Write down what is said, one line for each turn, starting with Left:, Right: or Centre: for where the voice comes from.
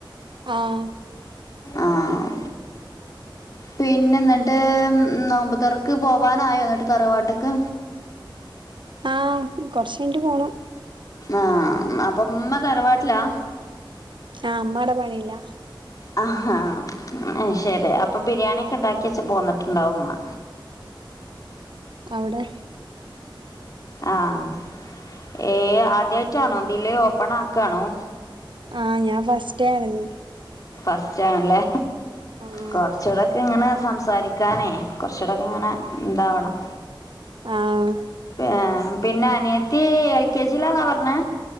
Right: ആഹ്
Left: ആഹ് പിന്നെ ന്നട്ട് നോമ്പ്തൊറക്ക് പോവാനായോ ന്നട്ട് തറവാട്ട്ക്ക്
Right: ആഹ് കൊർച്ചെയ്ന്ട്ട് പോണം
Left: ആഹ് അപ്പം മ്മ തറവാട്ട്ലാ
Right: ആഹ് ഇമ്മാടെ പണീലാ
Left: അഹ് ഹാ അയ്ശെരി അപ്പൊ ബിര്യാണിക്കെ ഇണ്ടാക്ക്യെച്ച് പോന്ന്ട്ട്ണ്ടാവും മ്മാ
Right: അവ്ടെ
Left: ആഹ് ഏഹ് ആദ്യായ്റ്റാണൊ തില് ഓപ്പണാക്കാണോ?
Right: ആഹ് ഞാൻ ഫസ്റ്റായ്ര്ന്ന്
Left: ഫസ്റ്റ് ആണ് അല്ലെ
Right: ആഹ്
Left: കൊറ്ച്ചൂടൊക്കെ ഇങ്ങെനെ സംസാ സാരിക്കാനെ കൊർച്ചൂടെക്കെ ഇങ്ങെനെ ഇതാവെണം
Right: ആഹ്
Left: പിന്നെ പിന്നെ അനിയെത്തി എൽ കെ ജീലാന്നാ പർണെ